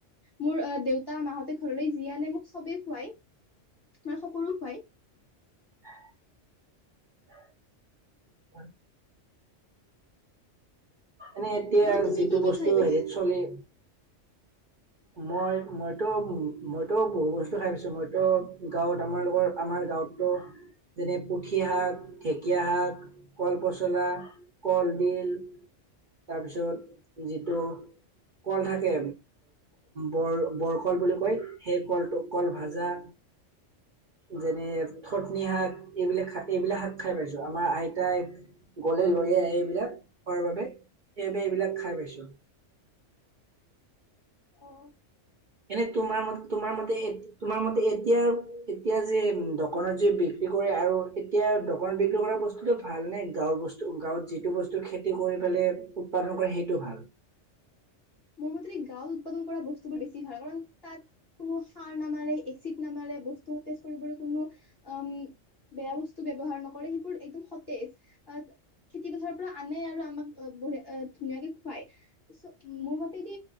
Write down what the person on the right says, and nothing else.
<inaudible> এনেই এতিয়া
যিটো
বস্তু
হেৰিত চলি মই মইতো - মইতো বহু বস্তু খাই পাইছো, মইতো গাঁৱত আমাৰ লগৰ আমাৰ গাঁৱততো যেনে পুঠি শাক, ঢেঁকীয়া শাক কল পচলা, কলডিল তাৰপিছত যিটো কল থাকে বৰ বৰকল বুলি কয়, সেই কলটো কল ভাজা যেনে থতনি শাক এইবিলাক এইবিলাক শাক খাই পাইছো আমাৰ আইতাই গলে লৈয়ে আহে এইবিলাক খোৱাৰ বাবে, সেইবে এইবিলাক খাই পাইছো।
এনে তোমাৰ ম তোমাৰ মতে তোমাৰ মতে এতিয়া। এতিয়া যে দোকনত যে বিক্ৰী কৰে আৰু এতিয়া দোকনত বিক্ৰী কৰা বস্তুুতটো ভাল নে গাঁৱৰ বস্তু। গাঁৱত যিটো বস্তু খেতি কৰি পেলে উৎপাদন কৰে সেইটো ভাল।